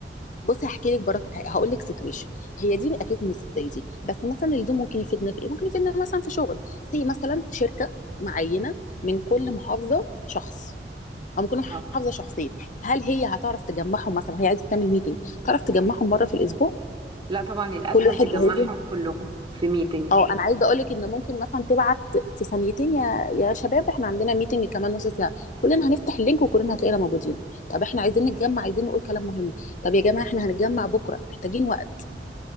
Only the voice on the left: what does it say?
بصي هحكي لك برضه هقول لك سيتويشن هي دي اكيد مش زي دي بس مثلا الزوم ممكن يفيدنا في ايه ممكن يفيدنا مثلا في شغل زي مثلا شركه معينه من كل محافظه شخص او ممكن محافظه
شخصين هل هي هتعرف تجمعهم مثلا وهي عايزه تعمل ميتنج تعرف تجمعهم مره في الاسبوع
كل واحد
هيجي
اه انا عايزه اقول لك ان ممكن مثلا تبعت في ثانيتين يا يا شباب احنا عندنا ميتنج كمان نص ساعه كلنا هنفتح اللينك وكلنا هتلاقينا موجودين طب احنا عايزين نتجمع عايزين نقول كلام مهم طب يا جماعه احنا هنتجمع بكره محتاجين وقت